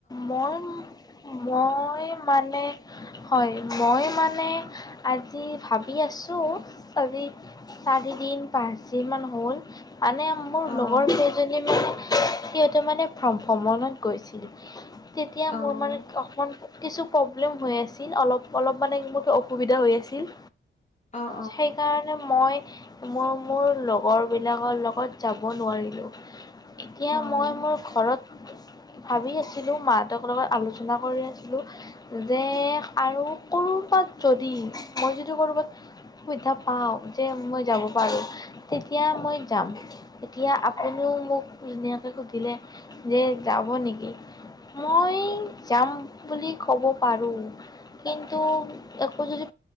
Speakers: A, on the left; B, on the left.
A: মই, মই, মানে হয়। মই মানে আজি ভাবি আছোঁ, আজি চাৰিদিন পাঁচদিনমান হ'ল। মানে মোৰ
B: অ'
A: লগৰ কেইজনী মানে সিহঁতে মানে ভ্ৰমণত গৈছিলোঁ তেতিয়া
B: অ'
A: মোৰ মানে অ কিছু প্ৰব্লেম হৈ আছিল অলপ অলপ মানে মোৰ অসুবিধা হৈ আছিল
B: অ'
A: সেইকাৰণে মই মই মোৰ লগৰ বিলাকৰ লগত যাব নোৱাৰিলো এতিয়া
B: অ' অ'
A: মই মোৰ ঘৰত ভাবি আছিলো মাহঁতৰ লগত আলোচনা কৰি আছিলোঁ যে আৰু ক'ৰবাত যদি মই যদি ক'ৰবাত সুবিধা পাওঁ যে মই যাব পাৰোঁ তেতিয়া মই যাম তেতিয়া আপুনিও মোক ধুনীয়াকৈ সুধিলে যে যাব নেকি মই যাম বুলি ক'ব পাৰোঁ কিন্তু একো যদি